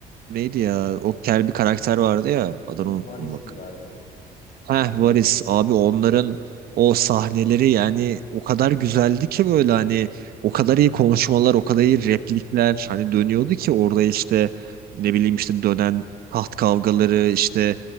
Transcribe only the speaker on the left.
V-
Varys'ti
galiba.
Lord Varys.